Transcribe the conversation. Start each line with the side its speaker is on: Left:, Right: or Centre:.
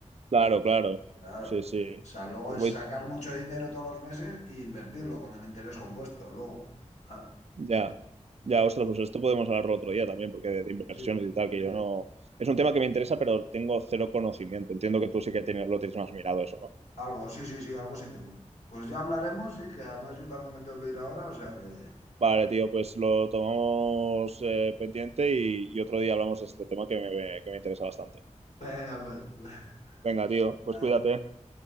Right: Claro, claro.
Left: Claro.
Right: Sí, sí.
Left: O sea, luego
Right: Voy,
Left: es sacar mucho dinero todos los meses e invertirlo con el interés compuesto. Luego, Ah,
Right: ya, ya, ostras, pues esto podemos hablarlo otro día también, porque de, de inversiones
Left: sí,
Right: y tal, que yo no... Es un tema que me interesa, pero tengo cero conocimiento. Entiendo que tú sí que tienes, lo tienes más mirado eso, ¿no?
Left: algo, sí, sí, sí, algo sí tengo. Pues ya hablaremos, sí, que además yo también me tengo que ir ahora, o sea que...
Right: Vale, tío, pues lo tomamos eh, pendiente y, y otro día hablamos de este tema que me, que me interesa bastante.
Left: Venga, pues. <laughs>
Right: Venga, tío, pues
Left: Adiós.
Right: cuídate,